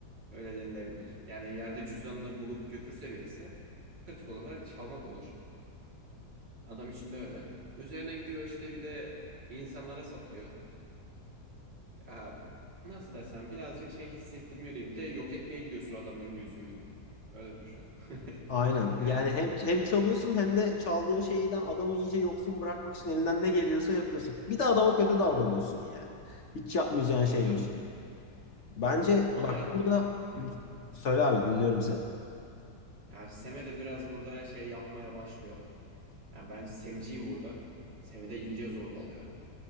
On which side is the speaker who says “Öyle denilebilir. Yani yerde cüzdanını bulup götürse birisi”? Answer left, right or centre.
Right